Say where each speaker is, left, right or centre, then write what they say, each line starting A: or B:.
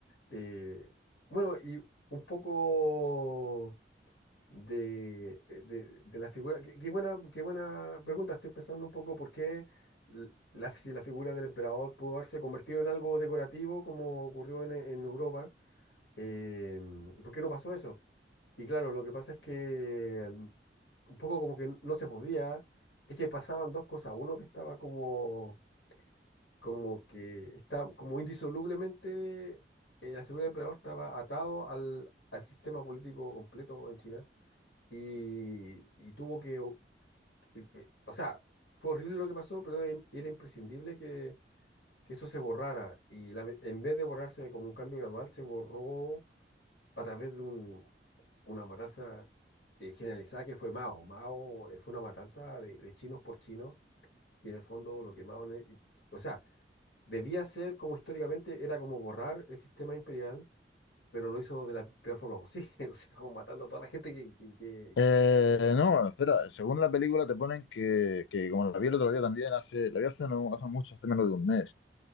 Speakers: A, on the left (about 65°); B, on the left (about 80°).
A: eh, bueno, y un poco de, eh, de- de la figura. Qué, qué buena, qué buena pregunta. Estoy pensando un poco por qué l- la, si la figura del emperador pudo haberse convertido en algo decorativo como ocurrió en, en Europa. Em, ¿por qué no pasó eso? Y claro, lo que pasa es que mm, un poco como que no se podía, es que pasaban dos cosas. Uno que estaba como como que está como indisolublemente eh, la figura del emperador estaba atado al, al sistema político completo en China y, y tuvo que, o eh, eh, o sea, fue horrible lo que pasó, pero em- era imprescindible que, que eso se borrara y la ve- en vez de borrarse como un cambio gradual, se borró a través de un, una matanza eh, generalizada que fue Mao. Mao eh, fue una matanza de, de chinos por chinos y en el fondo lo que Mao... ne- O sea, Debía ser como históricamente era como borrar el sistema imperial, pero lo hizo de la peor forma posible, <laughs> o sea, como matando a toda la gente que... que- que-
B: Eh,
A: que-
B: no, bueno, espera, según la película te ponen que, que como la vi el otro día también, hace, la vi hace, no, hace mucho, hace menos de un mes,